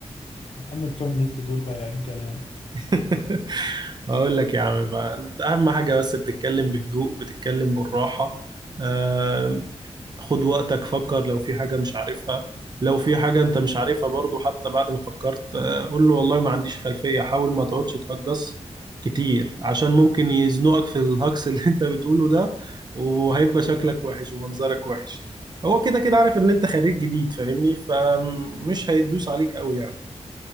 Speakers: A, on the left; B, on the right.
A: يا عم بتوع النت دول بقى عين كلام
B: <laughs> اقول لك يا عم بقى أنت اهم حاجه بس بتتكلم بهدوء بتتكلم بالراحه آم، خد وقتك فكر لو في حاجه مش عارفها لو في حاجه انت مش عارفها برضو حتى بعد ما فكرت آه، قول له والله ما عنديش خلفيه حاول ما تقعدش تهجص كتير عشان ممكن يزنقك في الهجص اللي <laughs> انت بتقوله ده وهيبقى شكلك وحش ومنظرك وحش هو كده كده عارف ان انت خريج جديد فاهمني فمش هيدوس عليك قوي يعني